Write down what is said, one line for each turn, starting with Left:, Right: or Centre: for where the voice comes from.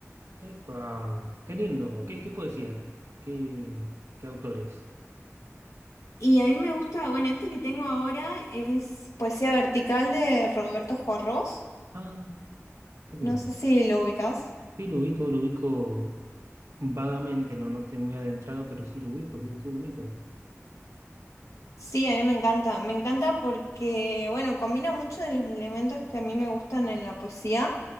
Right: Epa, qué lindo. ¿Qué, qué poesía? ¿Qué, qué autores?
Left: Y a mí me gusta, bueno, este que tengo ahora es Poesía Vertical de Roberto Juarroz,
Right: Ah, qué
Left: no
Right: lindo.
Left: sé si lo ubicás.
Right: Sí, lo ubico, lo ubico vagamente, no, no estoy muy adentrado, pero sí lo ubico, qué, qué bonito.
Left: Sí, a mí me encanta, me encanta porque, bueno, combina mucho de los elementos que a mí me gustan en la poesía.